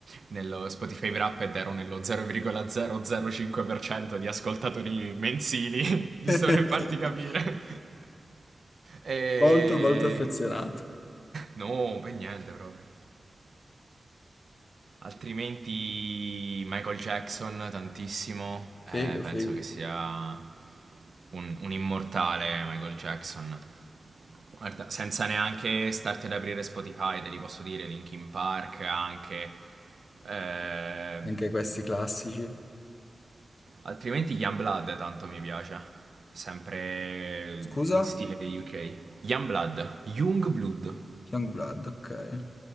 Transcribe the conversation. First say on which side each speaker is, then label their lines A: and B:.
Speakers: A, on the right (about 50°); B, on the left (about 40°).
A: nello Spotify Wrapped ero nello 0,005% di ascoltatori mensili, <laughs> giusto
B: <laughs>
A: per farti capire. <laughs> E...
B: molto molto affezionato,
A: No, per niente proprio. Altrimenti Michael Jackson tantissimo,
B: figo,
A: eh, penso
B: figo,
A: che sia un, un immortale Michael Jackson. Guarda, senza neanche starti ad aprire Spotify, te li posso dire, Linkin Park anche. Eh,
B: anche questi classici.
A: altrimenti Youngblood tanto mi piace, sempre
B: Scusa?
A: in stile UK. Youngblood, Youngblood.
B: Youngblood, ok.